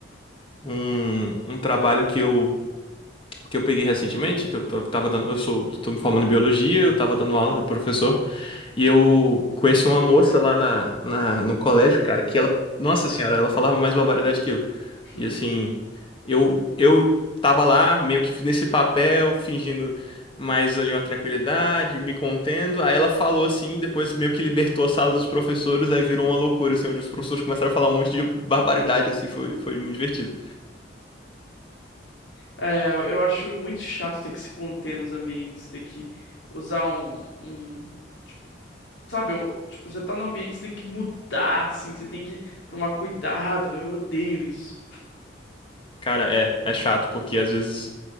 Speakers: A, on the left; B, on the left.
A: um, um trabalho que eu. que eu peguei recentemente, que eu tô- tava dando, eu sou, tô me formando em biologia, eu tava dando
B: Uhum.
A: aula, professor, e eu conheci uma moça lá na, na, no colégio, cara, que ela, nossa senhora, ela falava mais barbaridade que eu.
B: <laughs>
A: E assim, eu, eu tava lá meio que nesse papel, fingindo mais ali uma tranquilidade, me contendo. Aí ela falou assim, e depois meio que libertou a sala dos professores, aí virou uma loucura, assim, onde os professores começaram a falar um monte de barbaridade, assim, foi, foi muito divertido.
B: É, eu eu acho muito chato ter que se conter nos ambientes, ter que usar um, um- tipo, sabe, eu- tipo, você tá num ambiente, você tem que mudar, assim, você tem que tomar cuidado, eu odeio isso.
A: Cara, é, é chato, porque às vezes